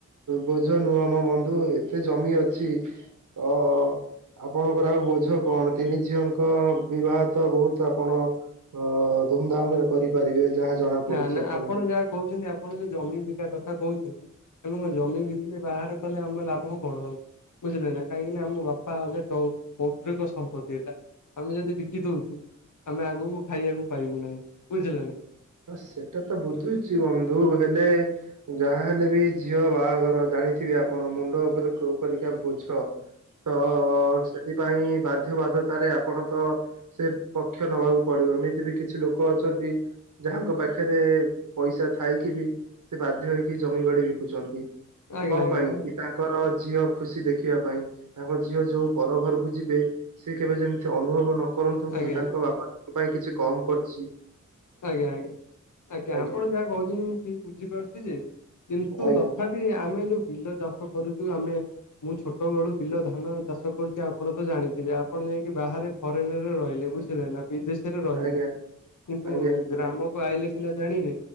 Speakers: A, on the right; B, on the left.
A: ବୋଝ ନୁହଁ ମୋ ବନ୍ଧୁ ଏତେ ଜମି ଅଛି ଅ ଆପଣଙ୍କର ଆଉ ବୋଝ କଣ ତିନି ଝିଅଙ୍କ ବିବାହ ତ ବହୁତ୍ ଆପଣ ଅ -ଧୁମ୍ ଧାମ୍ ରେ କରିପାରିବେ ଯାହା ଜଣା
B: ନା
A: ପଡୁଚି
B: ନା
A: ଆପଣଙ୍କୁ
B: ଆପଣ ଯାହା କହୁଚନ୍ତି ଆପ୍ ଆପଣ ଯଉ ଜମି ବିକା କଥା କହୁଚନ୍ତି ତେଣୁ ଜମି ବିକିଲେ ବାହାଘର କଲେ ଆମ ଲାଭ କଣ। ବୁଝିଲେ ନା କାହିଁକି ନା ଆମ ବାପା, ଅଜା ଚ-ପୌତ୍ରିକ ସମ୍ପତ୍ତି ଏଟା। ଆମେ ଯଦି ବିକି ଦଉଚୁ ଆମେ ଆଗକୁ ଖାଇବାକୁ ପାଇବୁ ନାହିଁ ବୁଝିଲେ ନା।
A: ହଁ ସେଟା ତ ବୁଝୁଚି ବନ୍ଧୁ ହେଲେ ଯାହା ହେଲେ ବି ଝିଅ ବାହାଘର ଜାଣିଥିବେ ଆପଣ ମୁଣ୍ଡ ଉପରେ କଉ ପରିକା ବୋଝ।
B: <inaudible>
A: ତ-ସେଥିପାଇଁ ବାଧ୍ୟ ବାଧ୍ୟତାରେ ଆପଣ ତ ସେ ପକ୍ଷ ନବାକୁ ପଡ଼ିବ ଏମିତି ବି କିଛି ଲୋକ ଅଛ ଯଦି ଯାହାଙ୍କ ପାଖରେ ପଇସା ଥାଇକି ବି ସେ ବାଧ୍ୟ ହେଇକି ଜମି ବାଡ଼ି ବିକୁଚନ୍ତି
B: ଆଜ୍ଞା
A: କଣ
B: ଆଜ୍ଞା
A: ପାଇଁ କି ତାଙ୍କ ତାଙ୍କର ଝିଅ ଖୁସି ଦେଖିବା ପାଇଁ ତାଙ୍କ ଝିଅ ଯଉ ପର ଘରକୁ ଯିବେ ସେ କେବେ ଯେମିତି ଅନୁଭବ ନ କରନ୍ତୁ
B: ଆଜ୍ଞା
A: କି ତାଙ୍କ ବାପାଙ୍କ ପାଇଁ କିଛି କମ୍ କରିଚି।
B: ଆଜ୍ଞା- ଆଜ୍ଞା-ଆଜ୍ଞା
A: ଆଜ୍ଞା
B: ଆପଣ ଯାହା କହୁଚନ୍ତି ମୁଁ ଠିକ୍ ବୁଝିପାରୁଚି ଯେ କିନ୍ତୁ
A: ଆଜ୍ଞା
B: ତଥାପି ବି ଆମେ ଯଉ ବିଲ ଚାଷ କରୁଚୁ ଆମେ ମୁଁ ଛୋଟବେଳୁ ବିଲ ଧାନ ଚାଷ କରୁଚି ଆପଣ ତ ଜାଣିଥିବେ ଆପଣ ଯାଇକି ବାହାରେ ଫରେନ୍ ରେ ରହିଲେ ବୁଝିଲେ ନା ବିଦେଶରେ ରହିଲେ।
A: ଆଜ୍ଞା
B: ତୁ
A: ଆଜ୍ଞା
B: ଗ୍ରାମକୁ ଆଇଲେ ସିନା ଜାଣିବେ